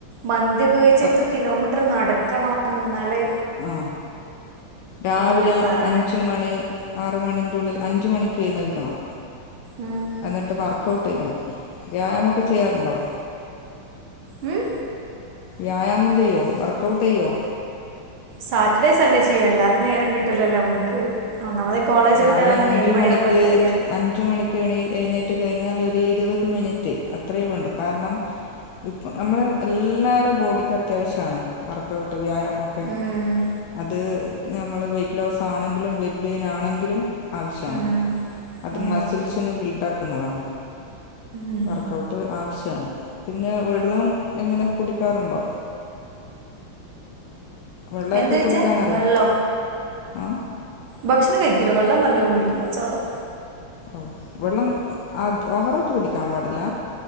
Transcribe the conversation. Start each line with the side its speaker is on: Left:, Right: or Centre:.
Right: മന്തിയൊക്കെ കഴിച്ചാ
Left: പ-
Right: ഇത്ര കിലോമീറ്റർ നടക്കണം എന്നാലെ
Left: ആ രാവിലെ
Right: ഇങ്ങനെ പറയുന്നൊക്കെ
Left: അഞ്ച് മണി മണിന്റുള്ളിൽ അഞ്ചു മണിക്കേഴുന്നേൽക്കണം
Right: ഉം
Left: എന്നിട്ടു വർക്ക്. <unintelligible> വ്യായാമം ഒക്കെ ചെയ്യാറുണ്ടോ?
Right: മം
Left: വ്യായാമം ചെയ്യോ, വർക്കഔട്ട് ചെയ്യോ?
Right: സാറ്റർഡേ സൺഡേ ചെയ്യും, അല്ലാതെ നേരം കിട്ടൂലല്ലോ നമുക്ക്. ഒന്നാമത് കോളേജ്
Left: രാവിലെ
Right: വിട്ട് വരാൻ
Left: അഞ്ചു
Right: തന്നെ ഏഴ് മണിയാകുമ്പോൾ
Left: മണിക്ക്
Right: ഒരുക്കെത്തിയാൽ
Left: അഞ്ചു മണിക്കെണീ എഴുനേറ്റ് റ്റു കഴിഞ്ഞാല് ഒരു ഇരുപത് മിനിറ്റ് അത്രയേ വേണ്ടു കാരണം ഇപ്പം നമ്മള് എല്ലാരെ ബോഡിക്ക് അത്യാവശ്യമാണ് വർക്കഔട്ട് വ്യായാമം. ഓക്കേ
Right: ഉം
Left: അത് നമ്മള് വെയിറ്റ്ലോസ് ആണെങ്കിലും വെയിറ്റ്ഗെയിൻ ആണെങ്കി ലും ആവിശ്യാണ്
Right: ഉം
Left: അത്
Right: ഉം
Left: മസിൽസിനെ ബില്ടാക്കുന്നതാണ്.
Right: ഉം
Left: വർക്കൗട്ട് ആവിശ്യാണ്, പിന്നെ വെള്ളം എങ്ങനെ കുടിക്കാറുണ്ടോ? വെള്ളോക്കെ
Right: എന്താ ചോദിച്ചേ
Left: കുടിക്കാനറിയോ
Right: വെള്ളോ
Left: ആ?
Right: ഭക്ഷണം കഴിക്കൂല വെള്ളം നല്ലോം കുടിക്കും പച്ചവെള്ളം.
Left: ഓ വെള്ളം അ ഓവറായിട്ട് കുടിക്കാൻ പാടില്ല